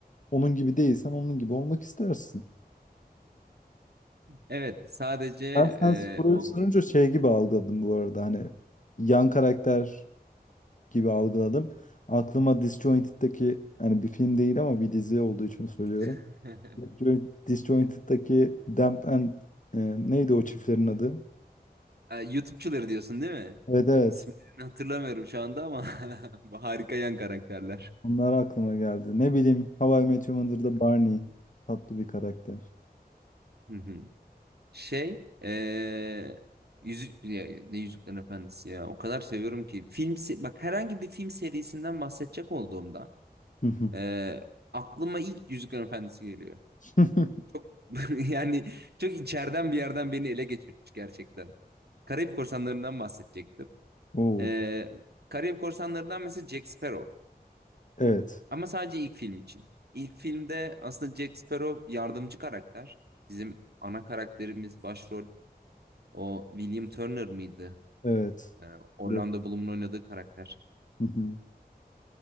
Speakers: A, on the left; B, on the right.
A: onun gibi değilsen onun gibi olmak istersin.
B: Evet sadece
A: Ben sen
B: e,
A: soruyu
B: o
A: sorunca şey gibi algıladım bu arada hani yan karakter gibi algıladım. Aklıma Disjointed'deki hani bir film değil ama bir dizi olduğu için söylüyorum.
B: <laughs>
A: Disjoint- Disjointed'daki Damp and e, neydi o çiftlerin adı?
B: Ha, YouTube'çuları diyorsun değil mi?
A: Evet evet.
B: İsimlerini hatırlamıyorum şu anda ama <laughs> bu harika yan karakterler.
A: Onlar aklıma geldi. Ne bileyim How I Met Your Mother'da Barney tatlı bir karakter.
B: <laughs> Şey, eee yüzük ya, ne Yüzüklerin Efendisi ya. O kadar seviyorum ki film se- bak herhangi bir film serisinden bahsedecek olduğumda
A: Hı hı.
B: eee, aklıma ilk Yüzüklerin Efendisi geliyor.
A: <laughs>
B: Çok <laughs> yani çok içeriden bir yerden beni ele geçirmiş gerçekten. Karayip Korsanları'ndan bahsedecektim.
A: Oo.
B: Eee Karayip Korsanları'ndan mesela Jack Sparrow.
A: Evet.
B: Ama sadece ilk film için. İlk filmde aslında Jack Sparrow yardımcı karakter. Bizim ana karakterimiz başrol. O William Turner mıydı?
A: Evet.
B: Ee, Orlando
A: Dur.
B: Bloom'un oynadığı karakter.
A: Hı hı.